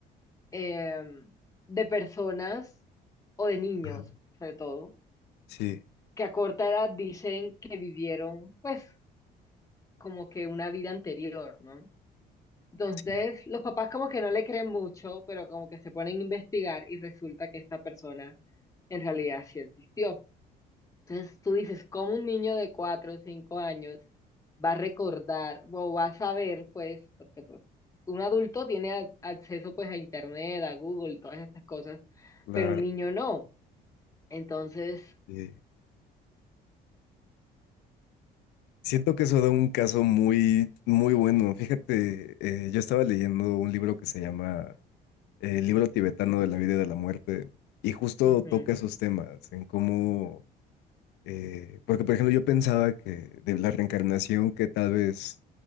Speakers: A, on the left; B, on the left.
A: em, de personas o de niños,
B: Ajá.
A: sobre todo,
B: Sí,
A: que a corta edad dicen que vivieron, pues, como que una vida anterior, ¿no? Entonces,
B: sí,
A: los papás como que no le creen mucho, pero como que se ponen a investigar y resulta que esta persona en realidad sí existió. Entonces, tú dices, ¿cómo un niño de cuatro o cinco años va a recordar o va a saber, pues, porque pues, un adulto tiene a- acceso pues a Internet, a Google, todas estas cosas,
B: claro.
A: pero un niño no. Entonces,
B: Eh, siento que eso da un caso muy, muy bueno. Fíjate, eh, yo estaba leyendo un libro que se llama eh, El libro tibetano de la vida y de la muerte, y justo
A: ujú,
B: toca esos temas, en cómo, eh, porque por ejemplo yo pensaba que de la reencarnación, que tal vez